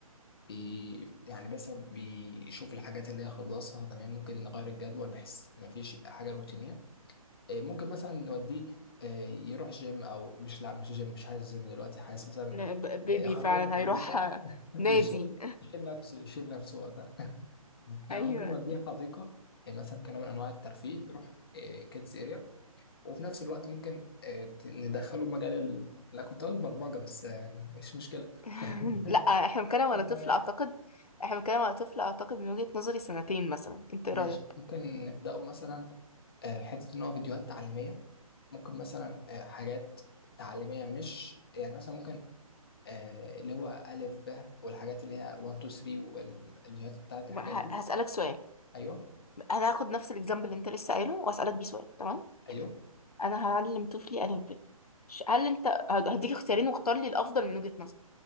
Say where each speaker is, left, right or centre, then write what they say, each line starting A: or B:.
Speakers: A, on the left; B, on the left.
A: بي يعني بس بيشوف الحاجات اللي هي خلصها تمام ممكن نغير الجدول بحيث ما فيش يبقى حاجه روتينيه إيه، ممكن مثلا نوديه إيه، يروح جيم او مش لا مش جيم مش حاسس جيم دلوقتي حاسس مثلا
B: ن- ب- بيبي
A: يخرجه
B: فعلا
A: في الحديقه
B: هيروح آه،
A: <laughs> يشيل
B: نادي
A: يشيل نفسه يشيل نفسه وقتها <laughs> آه،
B: <laughs> ايوه
A: ممكن نوديه حديقه إيه، مثلا كنوع من انواع الترفيه يروح كيدز اريا وفي نفس الوقت ممكن إيه، ت- ندخله مجال ال... لا كنت اقول برمجه بس آه، يعني مش مشكله
B: <laughs>
A: <laughs>
B: لا احنا بنتكلم
A: آه،
B: على طفل اعتقد احنا بنتكلم على طفل اعتقد من وجهة نظري سنتين مثلا انت ايه
A: ماشي
B: رايك
A: ممكن نبدأه مثلا آه، حتة إن هو فيديوهات تعليمية ممكن مثلا آه، حاجات تعليمية مش يعني مثلا ممكن آه، اللي هو ألف ب والحاجات اللي هي 1 2 3 والفيديوهات بتاعت الحاجات
B: بقى ه-
A: دي
B: هسألك سؤال
A: أيوه
B: انا هاخد نفس الاكزامبل اللي انت لسه قايله واسالك بيه سؤال تمام
A: أيوه
B: انا هعلم طفلي الف ب ش- هل انت هد- هديك اختيارين واختار لي الافضل من وجهة نظرك